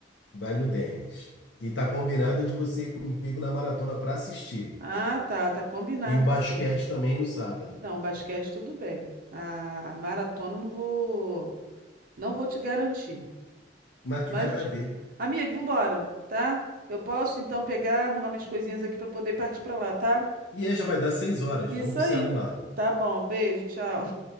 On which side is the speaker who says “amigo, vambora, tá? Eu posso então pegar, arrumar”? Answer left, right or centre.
Right